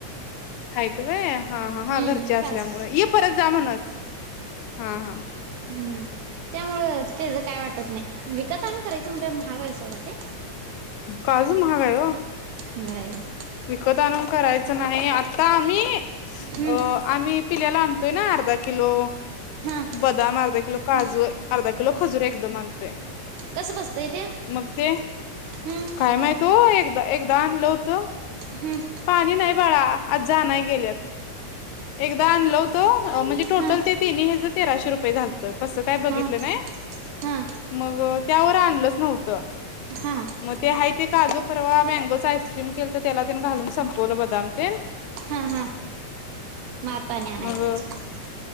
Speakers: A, on the left; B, on the right.
A: हायेत व्हय, हा हा
B: हम्म
A: हा घरचे असल्यामुळे
B: काजूची.
A: ये परत जा म्हणस. हा हा.
B: हम्म त्यामुळ त्याच काय वाटत नाही, विकत आणून करायचं म्हणल्यावर महाग हाय सोडा ते.
A: काजू महाग हाय ओ.
B: नाही.
A: विकत आणून करायचं नाही, आता आम्ही
B: हम्म
A: अ आम्ही पिल्याला आण ना अर्धा किलो
B: हा
A: बदाम, अर्धा किलो
B: हम्म
A: काजू, अर्धा कि लो खजूर एकदम आणतोय.
B: कसं बसतंय ते
A: मग ते
B: हम्म
A: काय माहित ओ, एकदा एकदा आणलं होत.
B: हम्म
A: पाणी नाही बाळा, आजा आणायला गेल्यात. एकदा आणल होत, म्हणजे टोटल
B: हा
A: ते तिनीं ह्याच तेराशे रुपये झालतं, कसं काय बघितलं
B: हा
A: नाही.
B: हा
A: मग त्यावर आणलच नव्हतं.
B: हा
A: मग ते हाय ते काजू परवा, मँगोच आईसक्रीम केल तर त्याला तेन घालून संपवलं बदाम तेन
B: हा हा आता आणि आणायला
A: मग
B: पाहिजे